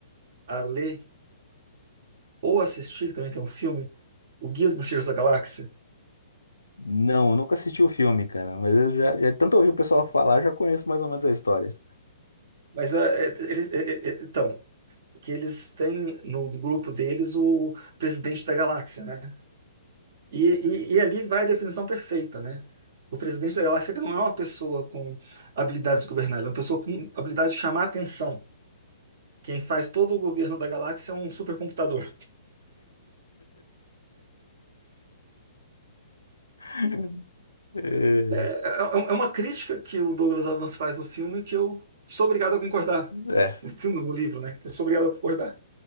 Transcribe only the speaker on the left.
Não, eu nunca assisti o filme, cara, mas eu já, já tanto ouvi o pessoal falar, já conheço mais ou menos a história.
<laughs> É,
é,